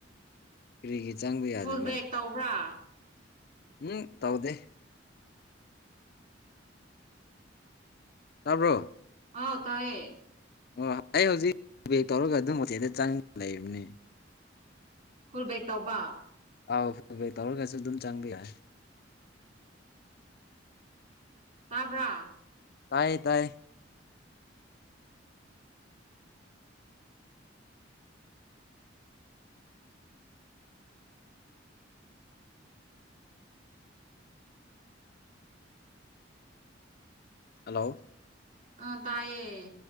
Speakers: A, on the left; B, on the right.
A: ꯀꯔꯤꯒꯤ ꯆꯪꯕ ꯌꯥꯗꯕ
B: ꯐꯨꯜ ꯕꯦꯛ ꯇꯧꯕ꯭ꯔꯥ
A: ꯎꯝ ꯇꯥꯎꯗꯦ ꯇꯥꯕ꯭ꯔꯣ
B: ꯍꯥꯎ ꯇꯥꯏꯌꯦ
A: ꯑꯣ ꯑꯩ ꯍꯧꯖꯤꯛ ꯕꯦꯛ ꯇꯧꯔꯒ ꯑꯗꯨꯝ ꯍꯣꯇꯦꯜꯗ ꯆꯪ ꯂꯩꯕꯅꯤ
B: ꯐꯨꯜ ꯕꯦꯛ ꯇꯧꯕ
A: ꯑꯥꯎ ꯐ ꯇꯧꯔ ꯀꯁꯨ ꯑꯗꯨꯝ ꯆꯥꯡꯂꯤ ꯍꯥꯏ
B: ꯇꯥꯕ꯭ꯔꯥ
A: ꯇꯥꯏꯌꯦ ꯇꯥꯏ ꯍꯜꯂꯣ
B: ꯑ ꯇꯥꯏꯌꯦꯦ